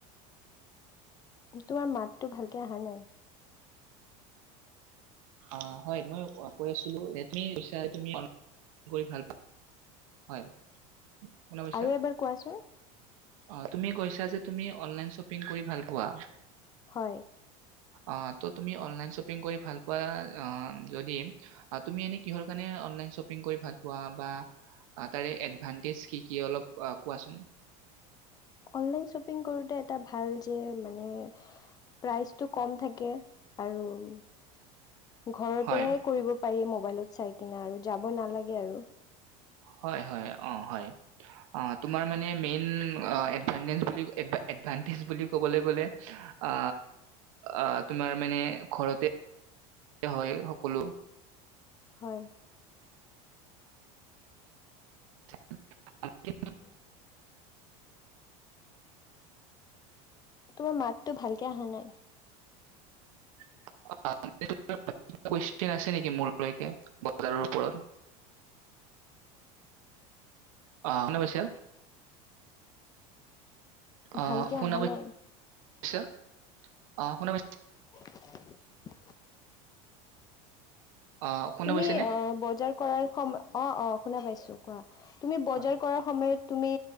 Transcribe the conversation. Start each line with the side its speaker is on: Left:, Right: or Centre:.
Left: তোমাৰ মাতটো ভালকে অহা নাই
Right: অঁ হয় মই কৈ আছিলো, তুমি অনলাইন কৰি ভাল পায় হয়। শুনা পাইছা
Left: আৰু এবাৰ কোৱাচোন।
Right: অ', তুমি কৈছা যে, তুমি অনলাইন শ্বপিং কৰি ভাল পোৱা।
Left: হয়।
Right: আ, ত' তুমি অনলাইন শ্বপিং কৰি ভাল আ, আম, যদি, আ, তুমি এনে কিহৰ কাৰণে অনলাইন চপিং কৰি ভাল পোৱা বা তাৰে এদভানটেজ কি, কি অলপ কোৱাচোন।
Left: অনলাইন শ্বপিং কৰোতে এটা ভাল যে মানে প্ৰাইচটো কম থাকে, আৰু ঘৰৰ
Right: হয়
Left: পৰাই কৰিব পাৰি ম ৱালেট চাই কিনে আৰু, যাব নালাগে আৰু।
Right: হয় হয় অঁ হয় আ তোমাৰ মানে মেইন এতভাটেচ এট ভান টেনচ বুলি কবলৈ গ'লে আ আ তোমাৰ মানে ঘৰতে হয় সকলো
Left: হয়
Right: <inaudible>
Left: <inaudible> তোমাৰ মাতটো ভালকে অহা নাই
Right: <unintelligible> কোৱেইছন আছে নেকি, মোৰলৈকে, বজাৰৰ ওপৰত? অ শুনা পাইছা? অ',
Left: ভালকে
Right: শুনা
Left: অহা
Right: পাই-ছা?
Left: নাই
Right: অ', শুনা পা
Left: <inaudible>
Right: আহ শুনা
Left: তুমি
Right: পাইছেনে
Left: অ' বজাৰ কৰাৰ সম অ অ শুনা পাইছোঁ কোৱা তুমি বজাৰ
Right: হয়
Left: কৰাৰ সময়ত তুমি